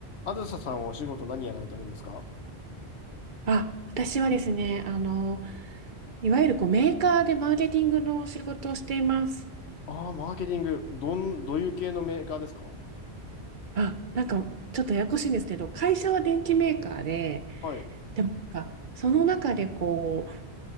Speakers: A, on the left; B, on the right.
A: あずささんはお仕事何やられてるんですか
B: あ、私はですね、あの、いわゆるこうメーカーでマーケティングの仕事をしています。
A: ああー、マーケティング。どん、どういう系のメーカーですか
B: あ、なんかちょっとややこしいんですけど、会社は電機メーカーで、
A: はい。
B: でもなんかその中でこう、